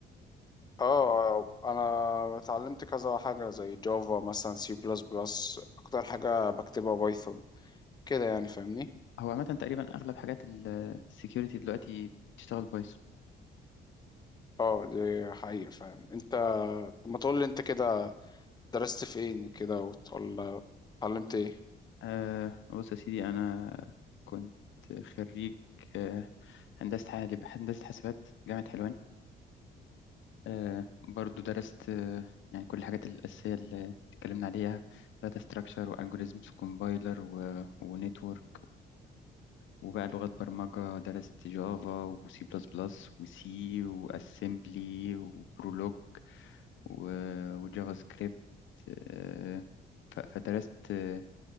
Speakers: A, on the left; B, on the left.
A: آه، انا اتعلمت كذا حاجه زي جافا مثلا سي بلس بلس اكتر حاجه بكتبها بايثون كده يعني فاهمني
B: هو عامة تقريبا أغلب حاجات السكيورتي دلوقتي بتشتغل بايثون
A: اه دي حقيقه فعلا انت طب ما تقول لي انت كده درست فين كده وتقول اتعلمت ايه
B: آه بص يا سيدي أنا كنت خريج آه، هندسة حاسب- هندسة حاسبات جامعة حلوان آه، برضو درست آه، يعني كل الحاجات الأساسية اللي اتكلمنا عليها داتا ستراكشر والجوريزمز وكومبايلر ونتورك وبقى لغات برمجة درست جافا وسي بلس بلس وسي واسمبلي وبرولوج و- وجافا سكريبت آه، ف- فدرست آه،